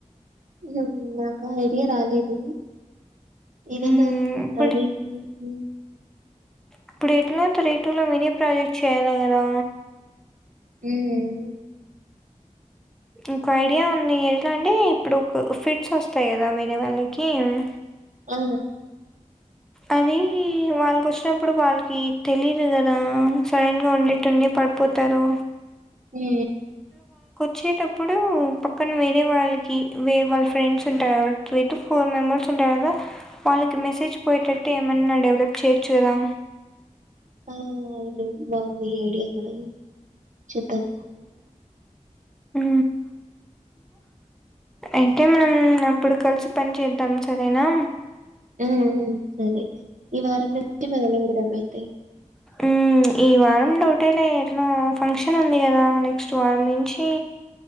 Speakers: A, on the right (about 75°); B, in the centre.
A: ఉ నాక్ ఆ ఐడియా రాలేదూ. ఏదైనా
B: హ్మ్. ఇప్పుడు
A: <inaudible> ముందూ
B: ఇప్పుడు ఎట్లా త రేటూలో వినే ప్రాజెక్ట్ చేయాలా కదా.
A: ఉమ్
B: ఇంకో ఐడియా ఉందీ ఎట్లా అంటే, ఇప్పుడు ఒక ఫిట్స్ వస్తాయి కదా వేరే వాళ్ళకీ. హ్మ్
A: అఆ
B: అదీ వాళ్ళకి వచ్చినప్పుడు వాళ్ళకీ తెలీదు గదా. సడన్గా ఉండేట్టుండి పడిపోతారు.
A: హ్మ
B: చ్చేటప్పుడూ పక్కన వేరే వాళ్ళకి వే వాళ్ళ ఫ్రెండ్స్ ఉంటారు త్రీ టు ఫోర్ మెంబర్స్ ఉంటారు కదా. వాళ్ళకి మెసేజ్ పోయేటట్టు ఏమన్నా డెవలప్ చేయొచ్చు కదా.
A: ఆ అవును బాగుంది ఈ ఐడియా కూడా. చేద్దాం.
B: ఊ అయితే మనం నా ఇప్పుడు కలిసి పని చేద్దాం సరేనా.
A: ఊ ఊ సరే. ఈ వారం నెట్టి మొదలు పెడదాం అయితే.
B: ఉమ్ ఈ వారం లో ఒకటేలే, ఎట్లా ఫంక్షన్ ఉంది గదా నెక్స్ట్ వారం నుంచీ.